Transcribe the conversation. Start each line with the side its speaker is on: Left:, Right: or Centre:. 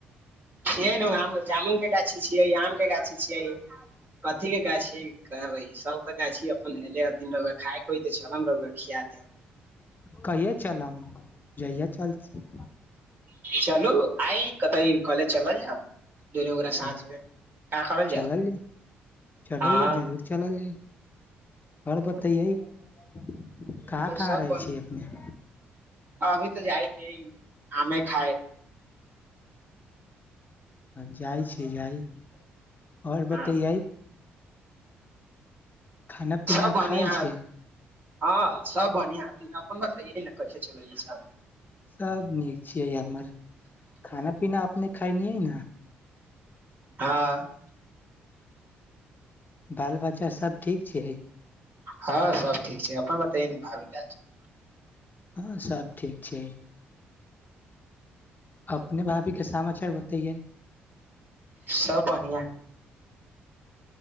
Right: खिय ने जामुनक के गाछी छियै आम के गाछी छियै कथी के गाछी कहबै सब तऽ गाछी अपन हेले हथिन रुआ खायके होइ तऽ चल र खिया दे
Left: कहिया चलब जहियए चल छी
Right: चलू आइ कत कॉलेज चलल जाउ दुन साथमे
Left: हँ
Right: का करल
Left: चलल
Right: जा
Left: चलल
Right: हँ
Left: जरूर चलल आओर बतैयै कहाँ कहाँ
Right: सब
Left: रहै
Right: बन
Left: छी अपने
Right: अभी तऽ जाइ छैिय आमे खाए
Left: आ जाइ छी जाइ आओर
Right: हँ
Left: बतैयै खाना पीना
Right: सब बनिहा
Left: खायल छिय
Right: हँ सब बढ़िया हेते अपन बतैयै न कैसे चलै यै सब
Left: सब नीक छिय हमर खाना पीना अपने खायनि ने
Right: हँ
Left: बाल बच्चा सभ ठीक छियै
Right: हँ सब ठीक छै अपन बताैए ने भाभी के हाल चाल
Left: हँ सभ ठीक छियै अपने भाभी के समाचार बतैयै
Right: सब बढ़िआँ